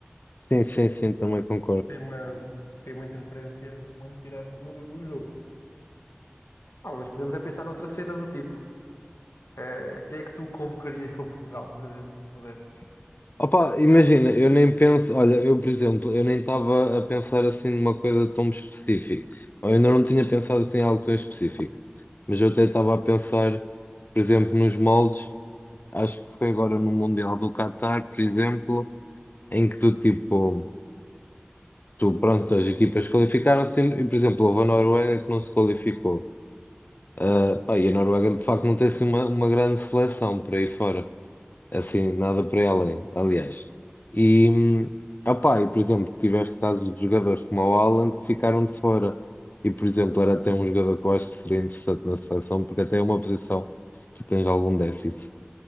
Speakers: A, on the left; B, on the left.
A: sim, sim,
B: porque
A: sim, também concordo.
B: tem uma, tem uma interferência muito direta no, no jogo. Ah, mas podemos é pensar noutra cena do tipo. eh, quem é que tu convocarias para Portugal, por exemplo, se pudesses?
A: Opa, imagina, eu nem penso, olha, eu por exemplo, eu nem estava a pensar assim numa coisa tão específica, ou eu ainda não tinha pensado assim em algo tão específico, mas eu até estava a pensar, por exemplo, nos moldes, acho que foi agora no Mundial do Qatar, por exemplo, em que tu tipo, tu pronto, as equipas qualificaram-se e, por exemplo, houve a Noruega que não se qualificou. Ah, pá, e a Noruega de facto não tem assim uma, uma grande seleção por aí fora, assim, nada por aí além, aliás. E, hum, ah, pá, e por exemplo, tiveste casos de jogadores como o Haaland que ficaram de fora. E por exemplo, era até um jogador que eu acho que seria interessante na seleção, porque até é uma posição que tu tens algum déficit.